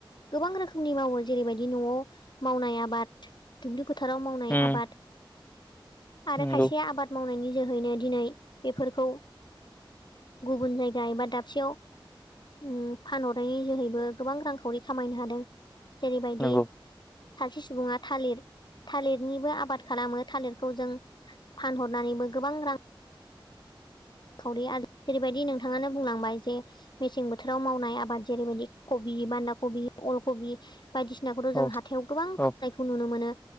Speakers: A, on the left (about 55°); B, on the left (about 20°).
A: गोबां रोखोमनि मावो जेरैबायदि न'आव मावनाय आबाद दुब्लि फोथाराव मावनाय
B: नंगौ
A: आबाद आरो खायसे
B: नंगौ
A: आबाद मावनायनि जोहैनो दिनै बेफोरखौ गुबुन जायगा एबा दाबसेयाव उम फानहरनायनि जोहैबो गोबां रांखावरि खामायनो हादों जेरैबायदि
B: नंगौ
A: सासे सुबुङा थालिर थालिरनिबो आबाद खालामो थालिरखौ जों फानहरनानैबो गोबां रां खावरि आरो जेरैबायदि नोंथाङानो बुंलांबाय जे मेसें बोथोराव मावनाय आबाद जेरैबायदि कबि, बान्दा कबि, अल कबि बायदिसिनाखौथ'
B: औ
A: जों हाथायाव गोबां
B: औ
A: फाननायखौ नुनो मोनो